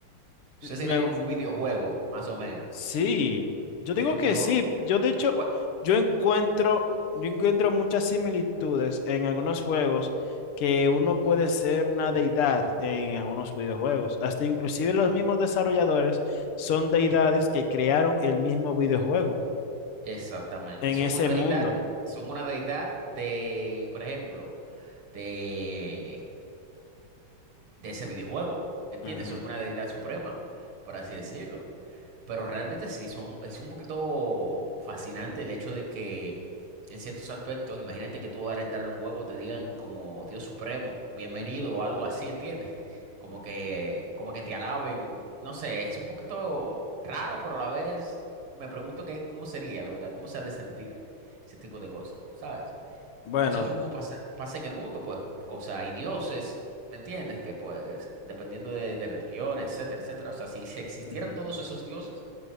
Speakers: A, on the right; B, on the left.
A: Eso
B: Me,
A: sería como un videojuego, más o menos.
B: Sí, yo digo
A: Sería un
B: que
A: videojuego.
B: sí. Yo de hecho,
A: ¿Cuál?
B: yo encuentro, yo encuentro muchas similitudes en algunos juegos que uno puede ser una deidad en algunos videojuegos. Hasta inclusive los mismos desarrolladores son deidades que crearon el mismo videojuego
A: Exactamente.
B: en
A: Son
B: ese
A: una
B: mundo.
A: deidad, son una deidad de, por ejemplo, de, de ese videojuego. ¿Entiendes?
B: Ujú.
A: Son una deidad suprema, por así decirlo. Pero realmente sí, son, es un poquito fascinante el hecho de que en ciertos aspectos, imagínate que tú vas a entrar a un juego, te digan como Dios supremo, bienvenido o algo así, ¿entiendes? Como que, como que te alaben, no sé, es un poquito raro, pero a la vez me pregunto que, cómo sería, la verdad, cómo se ha de sentir ese tipo de cosas, ¿sabes?
B: Bueno,
A: Eso mismo pasa, pasa en el mundo, pues, o sea, hay dioses, ¿me ¿entiendes? Que pues, dependiendo de, de religión, etcétera, etcétera, o sea, si si existieran
B: ujú.
A: todos esos dioses,